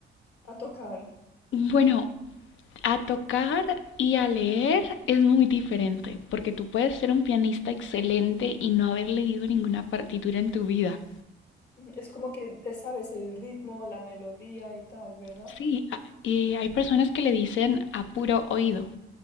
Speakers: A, on the left; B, on the left.
A: A tocar.
B: Bueno, a tocar y a leer es muy diferente, porque tú puedes ser un pianista excelente y no haber leído ninguna partitura en tu vida.
A: Mm, Es como que te sabes el ritmo, la melodía y tal, ¿verdad?
B: Sí, a- y hay personas que le dicen a puro oído